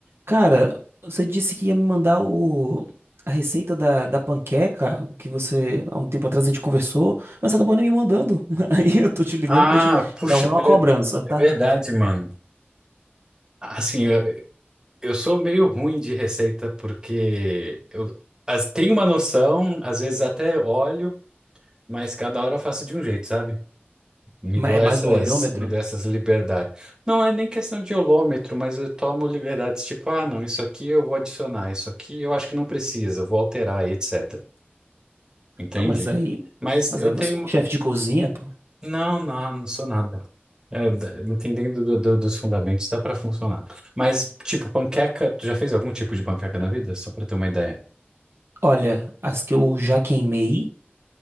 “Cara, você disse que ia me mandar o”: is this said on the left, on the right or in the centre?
Right